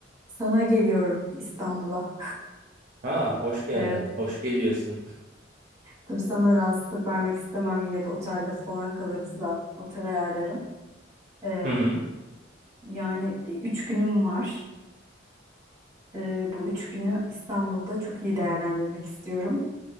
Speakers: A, on the right; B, on the right.
A: Sana geliyorum İstanbul'a.
B: Ha, hoş geldin.
A: Ee,
B: Hoş geliyorsun.
A: tabii sana rahatsızlık vermek istemem. Yine bir otelde falan kalırız da otel ayarlarım. Ee,
B: Hı hı.
A: yani bir üç günüm var. Ee, bu üç günü İstanbul'da çok iyi değerlendirmek istiyorum.